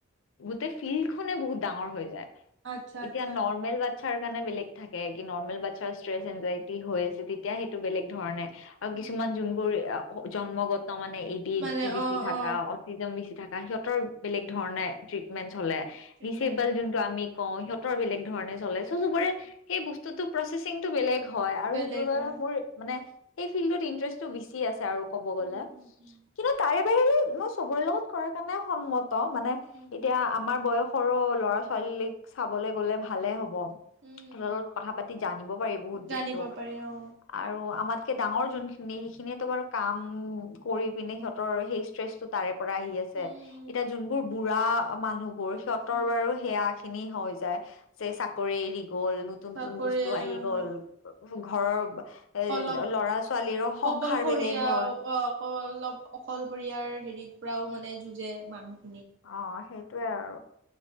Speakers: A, on the left; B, on the right.
A: সে <inaudible> <unintelligible> ফিল্ডখনে বহুত ডাঙৰ হৈ যায়।
B: আচ্ছা
A: এতিয়া
B: আচ্ছা
A: নৰ্মেল বা বাচ্ছাৰ কাৰণে বেলেগ থাকে, কি নৰ্মেল বাচ্ছাৰ ষ্ট্ৰেচ এনজাইটি হৈ আছে, তেতিয়া সেইটো বেলেগ ধৰণে আৰু
B: অ
A: কিছুমান যোনবোৰ জন্ম গত ত' মানে এ ডি এইচ
B: মানে
A: ডি-ভি-চি
B: অ
A: থাকা,
B: অ
A: অতিছজিম বেছি থাকা সিহতৰ বেলেগ ধৰণে ট্ৰি মেন চলে।
B: ট্ৰিটমেণ্ট
A: দিচেবল
B: অ
A: যোনটো আমি কওঁ, সিহঁতৰ বেলেগ ধৰণে চলাই চ'
B: আচ্ছা
A: চবৰে
B: আচ্ছা
A: সেই বস্তু টো প্ৰচেছিংটো বেলেগ হয় আৰু
B: বেলেগ
A: সেইটোৰ বাবে
B: হয়
A: মোৰ মানে সেই ফিল্ডত ইণ্টাৰেষ্টটো বেছি আছে আৰু ক'ব গ'লে,
B: উম হুম হুম
A: কিন্তু তাৰে <unintelligible> চবৰে লগত কৰাৰ কাৰণে সন্মত ত' মানে
B: উম
A: এতিয়া আমাৰ বয়স সৰু ল'ৰা ছোৱালীক চাবলৈ গলে ভালে হ'ব।
B: উম
A: <unintelligible> কথা পাতি জানিব পাৰি বহুত
B: জানিব
A: বস্তু
B: পাৰি অ
A: আৰু আমাৰ কে ডাঙৰ যোনখিনি সেইখিনিয়েতো বাৰু কাম কৰি পিনে সিহঁতৰ সেই ষ্ট্ৰেছটো তাৰে পৰা আহি আছে
B: উম উম
A: এতিয়া যোনবোৰ বুঢ়া মানুহ। <unintelligible>
B: উম
A: বাৰু সেয়া খিনি হৈ যায় যে চাকৰি এৰি গ'ল নুতন
B: চাকৰি
A: নুতন বস্তু আহি গ'ল।
B: অ
A: ঘৰৰ এ
B: অলপ
A: লৰা ছোৱালীৰো সংসাৰ
B: অকলশৰীয়া
A: বেলেগ হয়।
B: অ অক অলপ অকলশৰীয়াৰ হেৰিত পৰাও মানে যুঁজে মানুহ
A: অ', সেইটোৱে আৰু।